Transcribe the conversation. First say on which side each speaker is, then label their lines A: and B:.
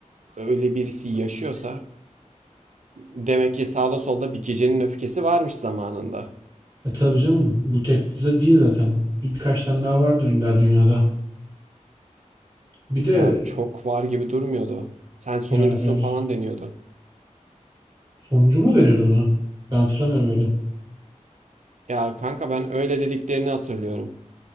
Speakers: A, on the right; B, on the right.
A: öyle birisi yaşıyorsa demek ki sağda solda bir Gecenin Öfkesi varmış zamanında.
B: E tabii canım bu tek düze değil zaten. Bir, birkaç tane daha vardır illa dünyada. Bir de
A: Ya çok var gibi durmuyordu. Sen sonuncusun
B: ya eğer
A: falan deniyordu.
B: sonucu mu deniyordu buna? Ben hatırlamıyorum öyle.
A: Ya kanka ben öyle dediklerini hatırlıyorum.